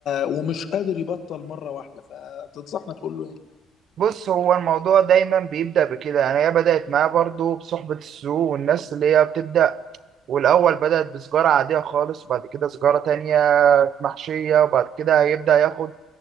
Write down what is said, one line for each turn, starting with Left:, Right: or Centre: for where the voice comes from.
Left: ومش قادر يبطل مرة واحدة فتنصحنا تقول له إيه؟
Right: بص هو الموضوع دايما بيبدأ بكده يعني هي بدأت معاه برضو بصحبة السوء والناس اللي هي بتبدأ والأول بدأت بسجارة عادية خالص وبعد كده سجارة تانية محشية وبعد كده هيبدأ ياخد